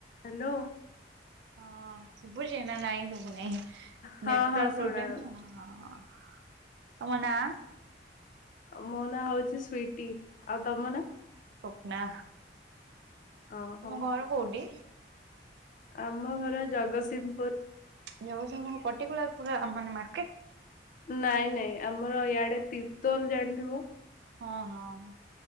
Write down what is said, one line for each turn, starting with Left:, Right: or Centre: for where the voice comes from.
Left: ହ୍ୟାଲୋ।
Right: ହଁ ଶୁଭୁଚି ନା ନାହିଁ ଶୁବୁ ନାଇଁ?
Left: ହଁ
Right: ନେଟୱାର୍
Left: ହଁ ଶୁଣା
Right: ପ୍ରୋବ୍ଲେମ୍
Left: ଯାଉଛି
Right: ଆଁ ତମ ନାଁ?
Left: ଆ ମୋ ନାଁ ହଉଛି ସ୍ଵିଟି। ଆଉ ତମ ନାଁ?
Right: ସ୍ଵପ୍ନା।
Left: ଓହୋ
Right: ତୁମ ଘର କୋଉଠି?
Left: ଆମ ଘର ଜଗତସିଂହପୁର।
Right: ଯଉ କଁ ପର୍ଟିକୁଲ ପୁରା ମାନେ ମାର୍କେଟ?
Left: ନାଇଁ ନାଇଁ ଆମର ଇଆଡ଼େ ତିର୍ତୋଲ ଜାଣିଥିବ?
Right: ହଁ ହଁ।